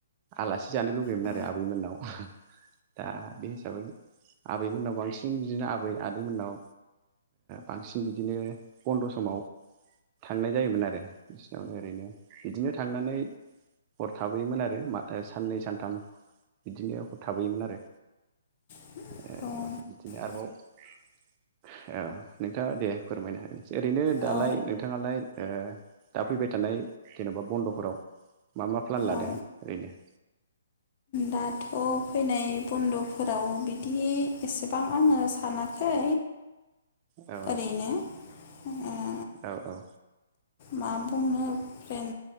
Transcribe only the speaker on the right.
आलासि जानो लुगैयोमोन
आरो आबै मोननाव दा बे हिसाबै आबैमोननाव बांसिन बांसिन बिदिनो आबै आदैमोननाव बांसिन बिदिनो बन्द' समाव थांनाय जायोमोन आरो बिसिनावनो ओरैनो इदिनो थांनानै हर थाबोयोमोन आरो साननै सानथाम बिदिनो हर थाबोयोमोन आरो
ओ बिदिनो आरोबाव ओ नोंथाङा दे फोरमायनो हागोनसै ओरैनो
दालाय नोंथाङालाय ओ दा फैबाय थानाय जेन'बा बन्द'फोराव मा मा प्लान लादों
ओरैनो
औ
औ औ